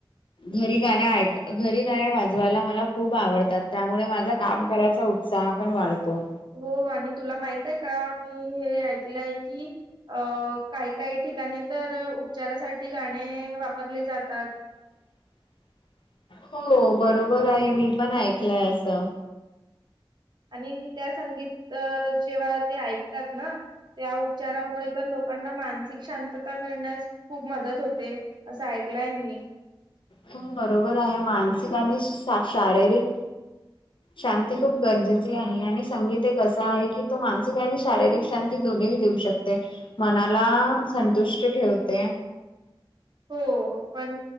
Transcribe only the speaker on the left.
घरी गाण्या ऐक- घरी गाण्या वाजवायला मला खूप आवडतात त्यामुळे माझं काम करायचा उत्साह पण वाढतो.
<unintelligible> हो, बरोबर आहे मी पण ऐकलंय असं.
हो बरोबर आहे, मानसिक आणि शा -शारीरिक शांती खूप गरजेची आहे, आणि संगीत एक असं आहे की तो मानसिक आणि शारीरिक शांती देऊ शकते मनाला संतुष्ट ठेवते.